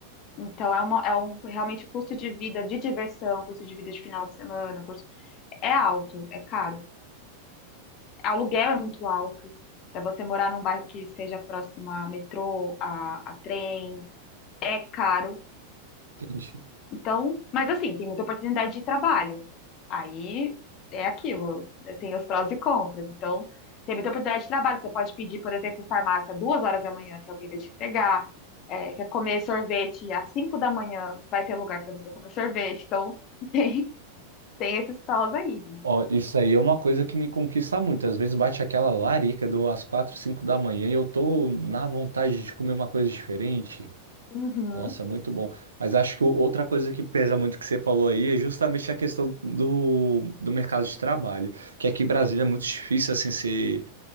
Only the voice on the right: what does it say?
Entendi.
Ó, isso aí é uma coisa que me conquista muito. Às vezes bate aquela larica do às quatro, cinco da manhã e eu tô na vontade de comer uma coisa diferente.
Nossa, é muito bom. Mas acho que o- outra coisa que pesa muito que você falou aí é justamente a questão do, do mercado de trabalho. Que aqui em Brasília é muito difícil assim ser